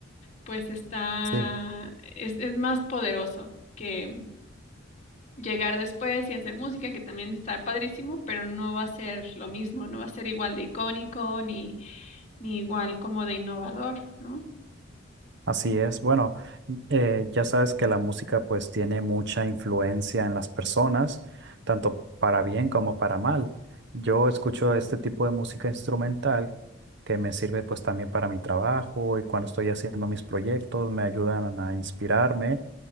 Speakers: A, on the left (about 35°); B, on the right (about 55°).
A: pues está,
B: Sí.
A: es, es más poderoso que llegar después y hacer música, que también está padrísimo, pero no va a ser lo mismo, no va a ser igual de icónico ni, ni igual como de innovador, ¿no?
B: Así es. Bueno, eh, ya sabes que la música pues tiene mucha influencia en las personas, tanto para bien como para mal. Yo escucho este tipo de música instrumental que me sirve pues también para mi trabajo y cuando estoy haciendo mis proyectos me ayudan a inspirarme